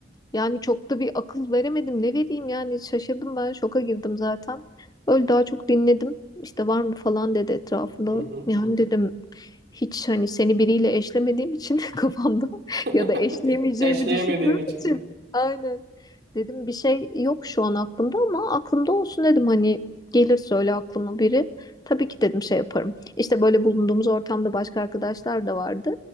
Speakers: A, on the left (about 20°); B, on the right (about 65°).
A: Yani çok da bir akıl veremedim. Ne vereyim yani şaşırdım ben şoka girdim zaten. Öyle daha çok dinledim. İşte var mı falan dedi etrafında.
B: Hı hı.
A: Yani dedim hiç hani seni biriyle eşlemediğim için <laughs> kafamda
B: <laughs>
A: ya da eşleyemeyeceğimi
B: Eşleyemediğim
A: düşündüğüm
B: için
A: için.
B: de.
A: Aynen. Dedim bir şey yok şu an aklımda ama aklımda olsun dedim hani gelir söyle aklıma biri. Tabii ki dedim şey yaparım. İşte böyle bulunduğumuz ortamda başka arkadaşlar da vardı.